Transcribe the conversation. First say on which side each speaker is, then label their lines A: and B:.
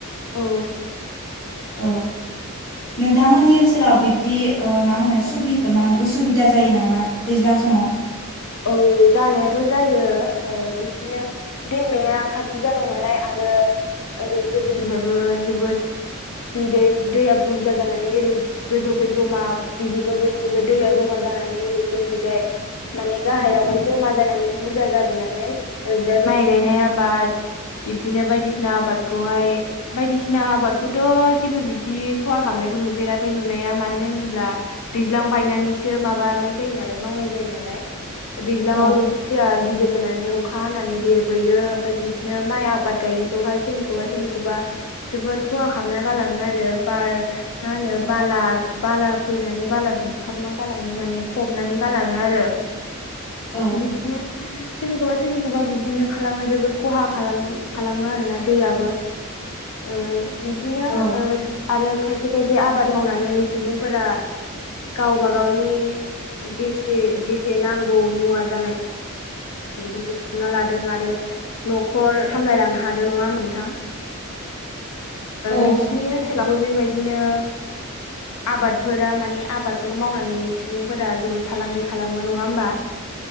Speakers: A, on the left; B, on the left.
A: औ
B: औ नोंथांमोननि ओनसोलाव बिबदि मा होनो मा होनो उसुबिदा जायो नामा दैज्लां समाव,
A: औ जानायाथ' जायो ओ बिदिनो दैमाया खाथि जा फोनोलाय आरो ओरै गोदोनिफ्रायबो जोबोद बिदै दैया बुरजा जानानै ओरै गोजौखै जमा बिनिबो बैनिबो दैया जमा जानानै ओरै जोंखैजाय माने, गाहायावहाय जमा जानानै बुरजा जाबोनानै ओरैनोाय माइ गायनाय आबाद, बिब्दिनो बायदिसिना आबादखौहाय, बायदिसिना आबादखौथ' जेबो बिब्दि खहा खालामनायखौ नुफेराखै नुनाया मानो होनोब्ला, दैज्लां बायनानैसो माबानाय जायो नालाय मावनाय जायो नालाय दैज्लाङावल'से
B: औ
A: दैया गिदिर जानानै अखा हानानै देरबोयो ओमफ्राय बिदिनो माइ आबाद गायनायखौहाय सोरनिखौबा सोरनिखौबा जोबोद खहा खालामना गालाङो आरो बार मा होनो बाला बाला फैनानै बाला बुखारना गालाङो माने फबनानै गालाङो आरो
B: औ
A: बिदिनो सोरनिखौबा सोरनिखौबा बिदिनो खालामो जोबोद खहा खालाम खालामो आरोना दैयाबो, बिब्दिनो
B: औ
A: आरो खायसे खायसे आबाद मावनानै सुबुंफोरा गावबा गावनि जेसे जेसे नांगौ मुवा जानाय, बेफोरखौ सुफुंना लादों आरो न'खर सामलायलांनो हादों नङा ओनबा नोंथां,
B: औ
A: नोंसिनि ओनसोलावबो बेबायदिनो आबादफोरा माने आबादफोरखौ मावनानै सुबुंफोरा जोबोद फालांगि खालामो नङा होमबा,